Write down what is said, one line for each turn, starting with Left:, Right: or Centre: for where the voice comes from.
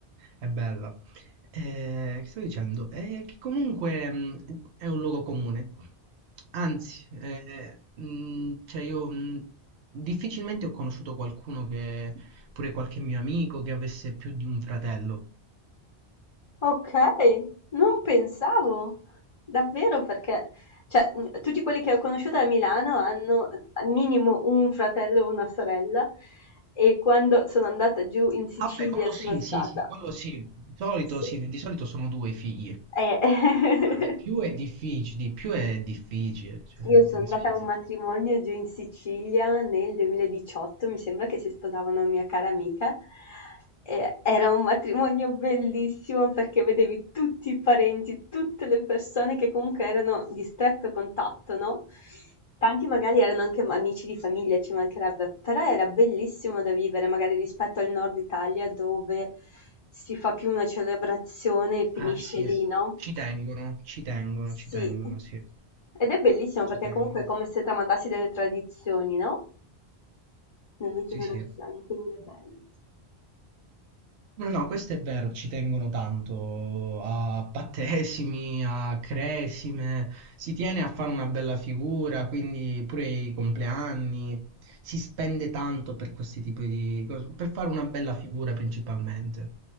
Right: è bella. Eh, che stavo dicendo? Eh, che comunque mm, è un luogo comune. Anzi, eh, mm, cioè io mm, difficilmente ho conosciuto qualcuno che, pure qualche mio amico, che avesse più di un fratello.
Left: Ok, non pensavo, davvero perché, cioè, mh, tutti quelli che ho conosciuto a Milano hanno al minimo un fratello o una sorella e quando sono andata giù in Sicilia
Right: Vabbè, quello
Left: sono
Right: sì,
Left: stata...
Right: sì, sì, quello sì. Di solito,
Left: Sì.
Right: sì, di solito sono due i figli.
Left: Eh,
Right: Ma di più
Left: <laughs>
Right: è difficile, di più è difficile, cioè,
Left: Io sono
Right: penso
Left: andata
Right: sia
Left: a
Right: molto.
Left: un matrimonio giù in Sicilia nel 2018, mi sembra che si sposava una mia cara amica. E era un matrimonio bellissimo perché vedevi tutti i parenti, tutte le persone che comunque erano di stretto contatto, no? Tanti magari erano anche amici di famiglia, ci mancherebbe, però era bellissimo da vivere, magari rispetto al nord Italia dove si fa più una celebrazione e finisce
Right: Ah sì,
Left: lì, no?
Right: ci tengono, ci tengono, ci
Left: Sì.
Right: tengono, sì,
Left: Ed è bellissimo
Right: ci
Left: perché
Right: tengono.
Left: comunque è come se tramandassi delle tradizioni, no? Nelle generazioni,
Right: Sì, sì.
Left: quindi è bello.
Right: No, no, questo è vero, ci tengono tanto a battesimi, a cresime, si tiene a fare una bella figura, quindi pure i compleanni, si spende tanto per questi tipi di cose, per fare una bella figura principalmente.